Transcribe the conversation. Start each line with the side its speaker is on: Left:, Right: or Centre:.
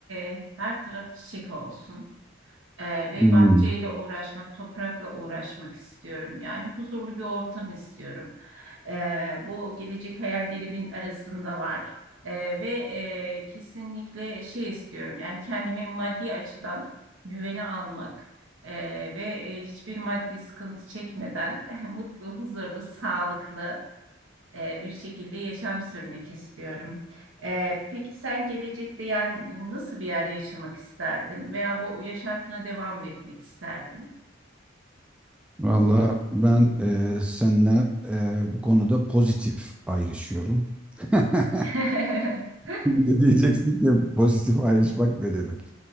Right: e, her taraf çiçek olsun. Ee, ve
Centre: Hmm.
Right: bahçeyle uğraşmak, toprakla uğraşmak istiyorum. Yani huzurlu bir ortam istiyorum. Ee, bu gelecek hayallerimin arasında var. Ee, ve e, kesinlikle şey istiyorum. Yani kendime maddi açıdan güvene almak e, ve e, hiçbir maddi sıkıntı çekmeden <laughs> mutlu, huzurlu, sağlıklı e, bir şekilde yaşam sürmek istiyorum. E, peki sen gelecekte yani nasıl bir yerde yaşamak isterdin veya bu yaşantına devam mı etmek isterdin?
Centre: Valla ben e, seninle e, bu konuda pozitif ayrışıyorum. <laughs>
Right: <laughs>
Centre: Şimdi diyeceksin ki pozitif ayrışmak ne demek?